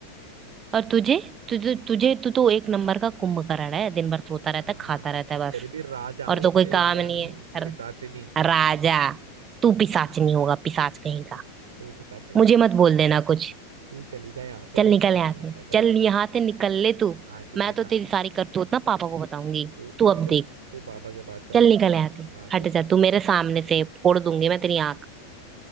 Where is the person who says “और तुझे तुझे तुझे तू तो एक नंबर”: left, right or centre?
Right